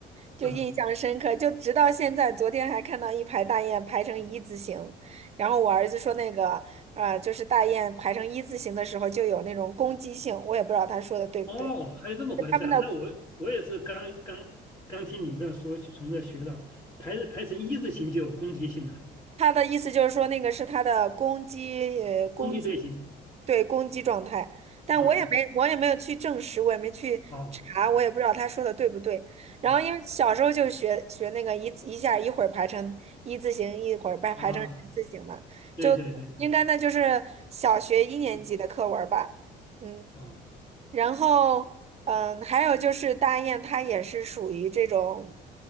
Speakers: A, on the right; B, on the left.
A: 就印象深刻。
B: 啊！
A: 就直到现在，昨天还看到一排大雁排成一字形，然后我儿子说那个呃，就是大雁排成一字形的时候就有那种攻击性，我也不知道他说的对不对。
B: 哦，还有这么回事啊？
A: 他们的
B: 那我我也是刚刚刚听你这说，从这学到排排成一字形就有攻击性了，
A: 他的意思就是说，那个是他的攻击，呃，攻击，
B: 攻击队形。
A: 对，攻击状态。但我也没，
B: 啊
A: 我也没有去证实，我也没去查，
B: 啊啊
A: 我也不知道他说的对不对。然后因为小时候就学学那个一字一下，
B: 哦
A: 一会儿排成一字形，一会儿排排成人字形嘛，
B: 啊！对对对，
A: 就应该那就是小学一年级的课文儿吧。
B: 嗯
A: 嗯，
B: 啊
A: 然后嗯，还有就是大雁，它也是属于这种，